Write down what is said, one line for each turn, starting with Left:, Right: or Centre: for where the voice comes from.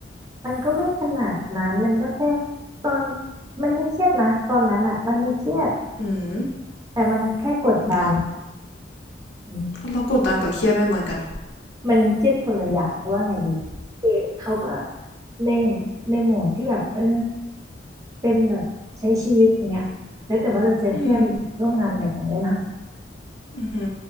Right: มันก็ไม่ขนาดนั้น มันก็แค่ตอนมันไม่เครียดนะตอนนั้นอ่ะมันไม่เครียด
Left: อืม
Right: แต่มันแค่กดดัน
Left: เหรอ
Right: ม
Left: แล้วกดดันกับเครียดไม่เหมือนกันเนาะ
Right: มันเครียดคนละอย่างแต่ว่าไงดีคือเขาก็ในในโหมดที่แบบเออเป็นแบบใช้ชีวิตอย่างเงี้ยแล้วแต่ว่าจะเจอเพื่อนร่วมงานแบบไหนด้วยนะ
Left: อืมอือฮึ